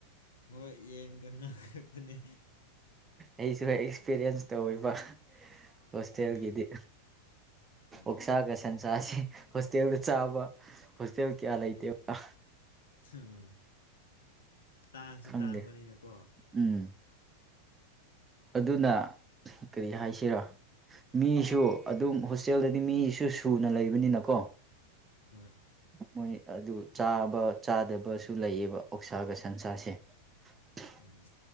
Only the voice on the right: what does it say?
ꯑꯩꯁꯨ ꯑꯦꯛꯁꯄꯤꯔꯤꯌꯦꯟꯁ ꯇꯧꯋꯦꯕ ꯍꯣꯁꯇꯦꯜꯒꯤꯗꯤ
ꯑꯣꯛꯁꯥꯒ ꯁꯟꯁꯥꯁꯦ ꯍꯣꯁꯇꯦꯜꯗ ꯆꯥꯕ ꯍꯣꯁꯇꯦꯜ ꯀꯌꯥ ꯂꯩꯇꯦꯕ
ꯈꯪꯗꯦ
ꯎꯝ ꯑꯗꯨꯅ ꯀꯔꯤ ꯍꯥꯏꯁꯤꯔꯥ ꯃꯤꯁꯨ ꯑꯗꯨꯝ ꯍꯣꯁꯇꯦꯜꯗꯗꯤ ꯃꯤꯁꯨ ꯁꯨꯅ ꯂꯩꯕꯅꯤꯅꯀꯣ
ꯃꯣꯏ ꯑꯗꯨ ꯆꯥꯕ ꯆꯥꯗꯕꯁꯨ ꯂꯩꯌꯦꯕ ꯑꯣꯛꯁꯥꯒ ꯁꯟꯁꯥꯁꯦ <unintelligible>